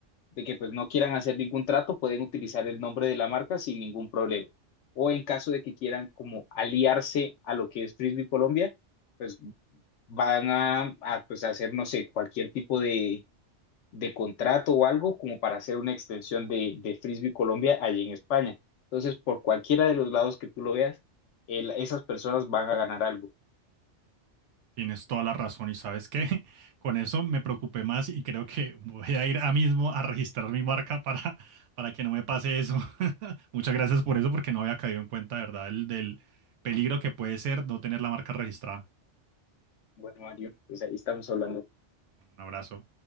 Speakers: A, on the left (about 75°); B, on the right (about 75°).
A: de que pues no quieran hacer ningún trato, pueden utilizar el nombre de la marca sin ningún problema. O en caso de que quieran como aliarse a lo que es Frisbee Colombia, pues van a, a pues hacer, no sé, cualquier tipo de de contrato o algo como para hacer una extensión de, de Frisbee Colombia allí en España. Entonces, por cualquiera de los lados que tú lo veas, el- esas personas van a ganar algo.
B: Tienes toda la razón y sabes qué, <laughs> con eso me preocupé más y creo que voy a ir a mismo a registrar mi marca para, para que no me pase eso. <laughs> Muchas gracias por eso porque no había caído en cuenta, de ¿verdad? El, del peligro que puede ser no tener la marca registrada.
A: Bueno, Mario, pues ahí estamos hablando.
B: Un abrazo.